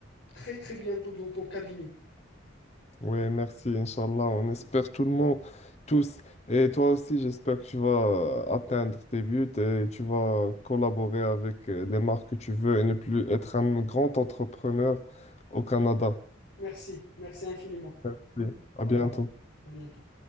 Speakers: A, on the left; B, on the left.
A: très très bientôt dans ton cabinet.
B: Oui, merci, Inch'Allah. On espère tout le monde, tous. Et toi aussi, j'espère que tu vas euh, atteindre tes buts et tu vas collaborer avec euh, les marques que tu veux et ne plus être un grand entrepreneur au Canada.
A: Merci, merci infiniment.
B: Merci. À
A: Au
B: bientôt.
A: revoir, à bientôt.